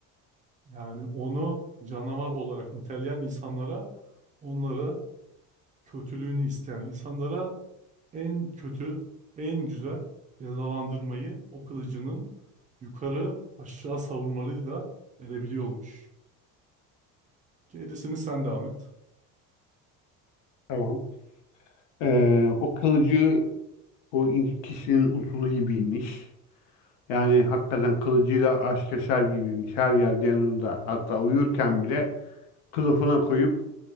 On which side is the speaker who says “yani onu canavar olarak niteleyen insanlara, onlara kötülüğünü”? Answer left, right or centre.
Right